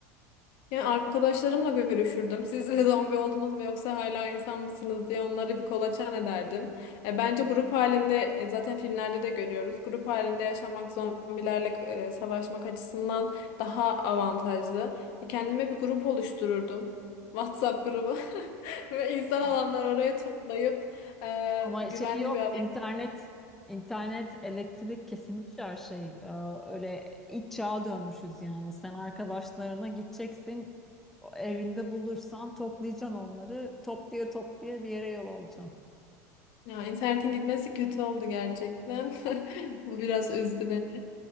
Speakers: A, on the left; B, in the centre.
A: Yani arkadaşlarımla görüşürdüm. Siz de zombi oldunuz mu yoksa hala insan mısınız diye onları bir kolaçan ederdim. E, bence grup halinde e, zaten filmlerde de görüyoruz. Grup halinde yaşamak zombilerle e, savaşmak açısından daha avantajlı. E, kendime bir grup oluştururdum. WhatsApp grubu <laughs> ve insan
B: Aha.
A: olanlar oraya toplayıp e,
B: Ama
A: güvenli
B: şey yok.
A: bir araya.
B: internet, internet, elektrik kesilmiş her şey. Ee, öyle ilk çağa dönmüşüz yani. Sen arkadaşlarına gideceksin. Evinde bulursan toplayacaksın onları. Toplaya toplaya bir yere yol alacaksın.
A: Ya internetin gitmesi kötü oldu gerçekten. <laughs> Bu biraz üzdü beni.